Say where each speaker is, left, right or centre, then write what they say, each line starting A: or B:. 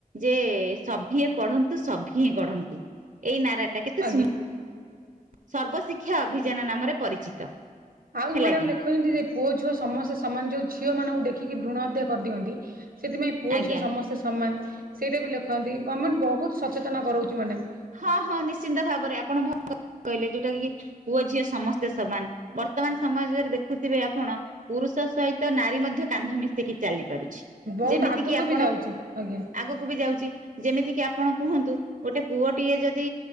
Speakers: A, on the right; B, on the right.
A: ଯେ ସଭିଏଁ ପଢନ୍ତୁ ସଭିଏଁ ଗଢନ୍ତୁ ଏଇ ନାରା ଟା କେତେ
B: ଆଜ୍ଞା।
A: ସୁ ସର୍ବଶିକ୍ଷା ଅଭିଯାନ ନାମରେ ପରିଚିତ।
B: ଆଉ
A: ହେଲା
B: ମ୍ୟାଡାମ
A: କି
B: ଲେଖୁଛନ୍ତି ଯେ ପୁଅ ଝୁଅ ସମସ୍ତେ ସମାନ ଯୋଉ ଝିଅ ମାନଙ୍କୁ ଦେଖିକି ଭ୍ରୃଣ ହତ୍ୟା କରିଦିଅନ୍ତି। ସେଥିପାଇଁ ପୁଅ
A: ଆଜ୍ଞା
B: ଝିଅ ସମସ୍ତେ ସମାନ ସେଇଟା ବି ଲେଖନ୍ତି ଗମେଣ୍ଟ ବହୁତ୍ ସଚେତନ କରଉଛି ମ୍ୟାଡ଼ାମ୍।
A: ହଁ ହଁ ନିଶ୍ଚିନ୍ତ ଭାବରେ ଆପଣ ଭଲ କହିଲେ ଯୋଉଟା କି ପୁଅ ଝିଅ ସମସ୍ତେ ସମାନ ବର୍ତ୍ତମାନ ସମାଜରେ ଦେଖୁଥିବେ ଆପଣ ପୁରୁଷ ସହିତ ନାରୀ ମଧ୍ୟ କାନ୍ଧ ମିଶେଇକି ଚାଲି ପାରୁଛି।
B: ବହୁତ
A: ଯେମିତିକି
B: ଆଗକୁ
A: ଆପଣ
B: ବି ଯାଉଛି
A: କ
B: ଆଜ୍ଞା
A: ଆଗକୁ ବି ଯାଉଛି ଯେମିତି କିି ଆପଣ କୁହନ୍ତୁ ଗୋଟେ ପୁଅଟିଏ ଯଦି